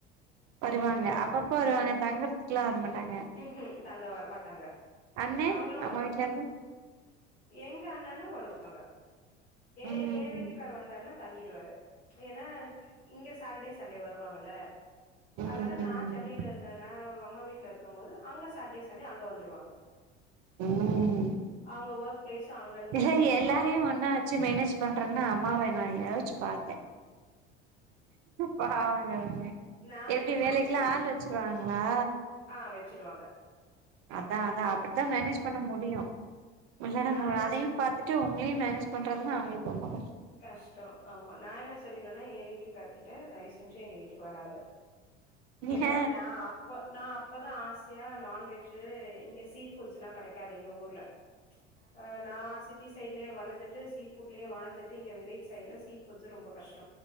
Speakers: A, on the right; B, on the left.
A: வருவாங்க
B: வருவாரு
A: அப்பப்போ வருவாங்க
B: ஆ
A: தங்குறதுக்குல்லா வரமாட்டாங்க
B: ம்ஹும் தங்க வர மாட்டாங்க
A: அண்ணே
B: அவங்களு
A: நம்ம
B: வந்து
A: வீட்ல இருந்து
B: எங்க அண்ணனு வருவாங்க ஏ
A: ம்
B: ஏ வீட்டுக்கார் வந்தார்னா தங்கிடுவாரு ஏனா இங்க சாட்டடே சண்டே வருவாங்கல்ல
A: ம்
B: அதனால நா
A: ம்
B: சென்னைல நா அம்மா வீட்ல இருக்கும் போது அங்க சாட்டடே சண்டே அங்க வந்துருவாங்க
A: ம்
B: அவங்க ஒர்க் பிளேஸு அங்கன்றதுனால
A: இ எல்லாரயு
B: அவ்
A: என்னாச்சு மேனேஜ் பண்றன்னா அம்மாவ நா யோசிச்சு பாத்தே பாவங்க அவங்க
B: நா
A: எப்டி
B: என்ன
A: வேலைக்குல்லா
B: சொல்லுவேன்னா
A: ஆள் வச்சிருவாங்ளா
B: ஆ வச்சுருவாங்க
A: அதா அதா அப்டித்தா மேனேஜ் பண்ண முடியு
B: ஆமா
A: இல்ல நம்ம
B: நா என்ன
A: அதையு
B: சொ
A: பாத்துட் டு உங்களயு மேனேஜ் பண்றதுனா அவங்களுக்கு ரொம்ப கஷ்
B: கஷ்டோ ஆமா நா என்ன சொல்லிருவனா எ வீட்டுக்காருக்கிட்ட தயவு செஞ்சு எங்க வீட்டுக்கு வராத
A: நீங்க
B: ஏனா நா அப் இப்ப நா அப்பதா ஆசயா நான்வெஜ்ஜி இங்க சீ ஃபுட்ஸ் எல்லா கெடைக்காது எங்க ஊர்ல ஆ நா சிட்டி சைட்லயே வளந்துட்டு சீ ஃபுட்லயே வாழ்ந்துட் டு இங்க வில்லேஜ் சைட்ல சீ ஃபுட்ஸ் ரொம்ப கஷ்ட